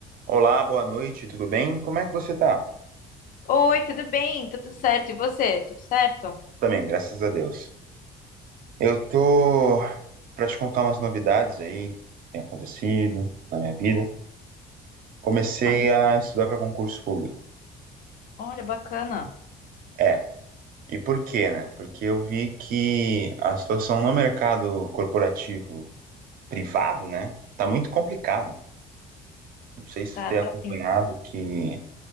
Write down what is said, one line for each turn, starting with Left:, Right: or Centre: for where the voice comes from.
Right: Olá, boa noite, tudo bem? Como é que você tá?
Left: Oi, tudo bem? Tá Tudo certo? E você? Tudo certo?
Right: Também, graças a Deus. Eu tô para te contar umas novidades aí que tem acontecido na minha vida. Comecei
Left: Opa,
Right: a estudar para concurso público.
Left: olha, bacana.
Right: É, e por quê, né? Porque eu vi que a situação no mercado corporativo privado, né, tá muito complicado. Não sei se
Left: Tá,
Right: você tem
Left: tá
Right: acompanhado
Left: sim.
Right: que